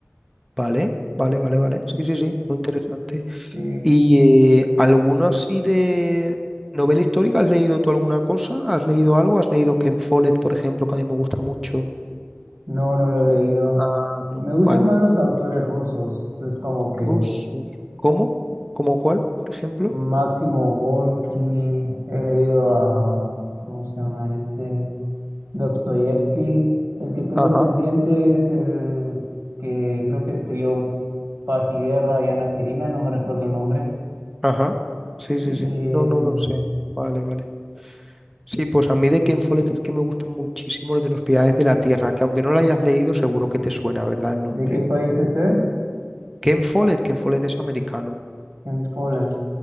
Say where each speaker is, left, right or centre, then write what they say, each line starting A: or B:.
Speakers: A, in the centre; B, on the right (about 90°).
A: vale, vale, vale, vale. Sí, sí, sí, muy interesante.
B: Sí,
A: Y eh, algunos y de novela histórica, ¿has leído tú alguna cosa? ¿Has leído algo? ¿Has leído Ken Follett, por ejemplo, que a mí me gusta mucho?
B: no, no lo he leído.
A: Ah, no,
B: Me gustan
A: vale.
B: más los autores rusos. Es como que
A: Rusos. ¿Cómo? ¿Cómo cuál, por ejemplo?
B: Máximo Gorki, he leído a, ¿cómo se llama este? Dostoyevsky. El que tengo
A: Ajá,
B: pendiente es el que creo que escribió Paz y Guerra y Ana Karenina, no me recuerdo el nombre.
A: ajá. Sí, sí, sí.
B: Em,
A: No, no lo sé. Vale, vale. Sí, pues a mí de Ken Follett es que me gusta muchísimo el de los Pilares de la Tierra, que aunque no lo hayas leído, seguro que te suena, ¿verdad? El nombre.
B: ¿de qué país es él?
A: Ken Follett, Ken Follett es americano.
B: En Poland.